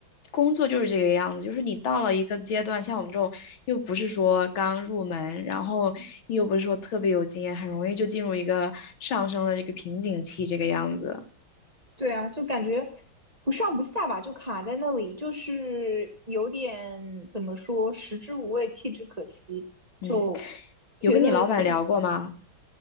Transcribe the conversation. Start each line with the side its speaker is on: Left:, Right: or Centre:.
Left: 工作就是这个样子，就是你到了一个阶段，像我们这种又不是说刚入门，然后又不是说特别有经验，很容易就进入一个上升的这个瓶颈期，这个样子。
Right: 对啊，就感觉不上不下吧，就卡在那里，就是有点怎么说，食之无味，弃之可惜，
Left: 嗯，
Right: 就觉得现
Left: 有跟你老板聊过吗？